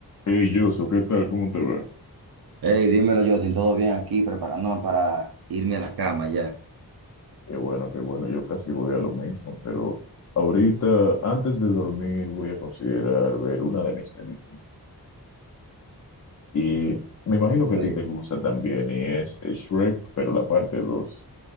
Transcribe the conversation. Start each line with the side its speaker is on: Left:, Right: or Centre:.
Left: Hey, Yoso, ¿qué tal? ¿Cómo te va?
Right: Hey, dímelo, Justin, ¿todo bien aquí? Preparándome para irme a la cama ya.
Left: Qué bueno, qué bueno, yo casi voy a lo mismo, pero ahorita, antes de dormir, voy a considerar ver una de mis películas. Y me imagino que
Right: Sí.
Left: a ti te gusta también, y es eh, Shrek, pero la parte dos.